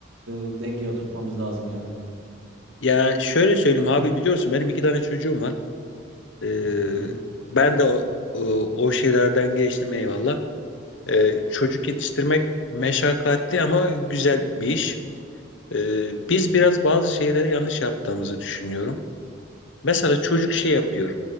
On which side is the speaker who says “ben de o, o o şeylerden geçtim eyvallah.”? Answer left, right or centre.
Left